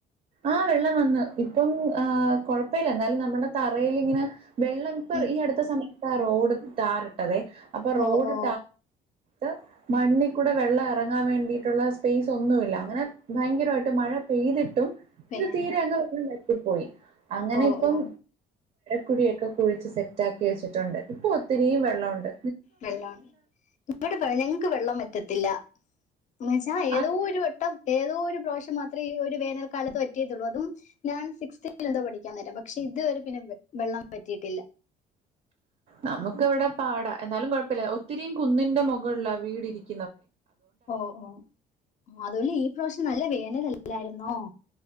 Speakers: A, on the right; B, on the left.
A: ആഹ വെള്ളം വന്ന് ഇപ്പം ആ കൊഴപ്പമില്ല എന്നാലും നമ്മുടെ തറൽിങ്ങനെ വെള്ളംപ്പർ
B: ഉം.
A: ഈ അടുത്ത സമയം റോഡ് ട്ടാറിട്ടത്ദേ അപ്പൊ
B: ഓ
A: റോഡ്
B: ഓ
A: ാറ മണ്ണിൽ കൂടെ വെള്ള ഇറങ്ങാൻ വേണ്ടിയിട്ടുള്ള സ്പേസ് ഒന്നുമില്ല അങ്ങനെ ഭയങ്കരമായിട്ട് മഴ പെയ്തിട്ടും
B: പേ-
A: ഇത് തീരെ അങ്ങ് വെള്ളം വര പോയി അങ്ങനെ
B: ഓ
A: ഇപ്പം
B: ഓ
A: കുഴിയൊക്കെ കുഴിച്ച് സെറ്റാക്കി വെച്ചിട്ടുണ്ട് ഇപ്പോൾ ഒത്തിരിയും വെള്ളവോണ്ട്
B: വെള്ള ഇവിടെ ഞങ്ങക്ക് വെള്ളം പറ്റത്തില്ല മച്ചാ ഏതോ
A: അത്
B: ഒരു വട്ടം ഏ ഏതോ ഒരു പ്രാവശ്യം മാത്രേ ഈ ഒരു വേനൽക്കാലത്ത് വറ്റിയിട്ടുള്ളൂ അതും ഞാൻ സിസ്ത്തിലെന്തോ പഠിക്കാൻ നേരം പക്ഷെ ഇത് വരെ പിന്നെ വെള്ളം പറ്റിയിട്ടില്ല
A: നമുക്ക് ഇവിടെ പാടാ എന്നാലും കുഴപ്പില്ല ഒത്തിരിയും കുന്നിന്റെ മുകളുള്ള വീട് ഇരിക്കു
B: ഓ ഓ അതും അല്ല ഈ പ്രാവശ്യം നല്ല വേനലല്ല ല്ലായിരുന്നോ